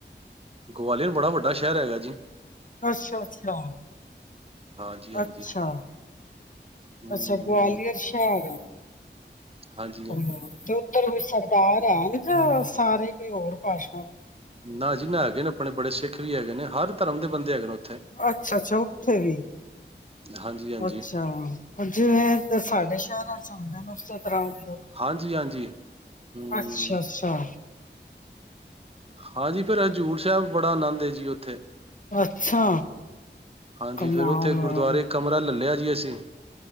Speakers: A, on the right; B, on the left.
A: ਗਵਾਲੀਅਰ ਬੜਾ ਵੱਡਾ ਸ਼ਹਿਰ ਹੈਗਾ ਜੀ।
B: ਅੱਛਾ -ਅੱਛਾ,
A: ਹਾਂਜੀ ਹਾਂਜੀ
B: ਅੱਛਾ,
A: ਹੂੰ।
B: ਅੱਛਾ ਗਵਾਲੀਅਰ ਸ਼ਹਿਰ ਏ।
A: ਹਾਂਜੀ
B: <unintelligible>
A: ਹਾਂਜੀ।
B: ਉਧਰ ਕੋਈ ਸਰਦਾਰ ਹੇਨ ਕਿ ਸਾਰੇ ਕੋਈ ਹੋਰ ਭਾਸ਼ਾ
A: ਨਾ ਜੀ ਨਾ ਹੈਗੇ ਨੇ, ਆਪਣੇ ਬੜੇ ਸਿੱਖ ਵੀ ਹੈਗੇ ਨੇ ਹਰ ਧਰਮ ਦੇ ਬੰਦੇ ਹੈਗੇ ਨੇ ਉੱਥੇ।
B: ਅੱਛਾ -ਅੱਛਾ ਉੱਥੇ ਵੀ
A: ਹਾਂਜੀ ਹਾਂਜੀ
B: ਅੱਛਾ ਜਿਵੇਂ ਸਾਡੇ ਸ਼ਹਿਰਾਂ <unintelligible> <unintelligible>
A: ਹਾਂਜੀ ਹਾਂਜੀ ਹਮ
B: ਅੱਛਾ ਅੱਛਾ
A: ਹਾਂਜੀ ਫਿਰ ਹਜ਼ੂੂਰ ਸਾਹਿਬ। ਬੜਾ ਆਨੰਦ ਏ ਜੀ ਉੱਥੇ
B: ਅੱਛਾ
A: ਹਾਂਜੀ,
B: ਕਮਾਲ
A: ਫੇਿਰ ਉੱਥੇ
B: ਹੋ।
A: ਗੁਰਦੁਆਰੇ ਕਮਰਾ ਲੈ ਲਿਆ ਜੀ ਅਸੀ